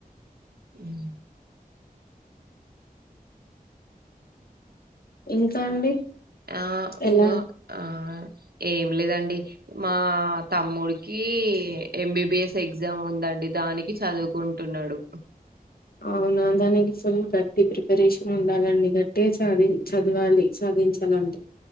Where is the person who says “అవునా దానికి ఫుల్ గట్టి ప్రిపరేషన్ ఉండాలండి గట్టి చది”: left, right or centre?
Left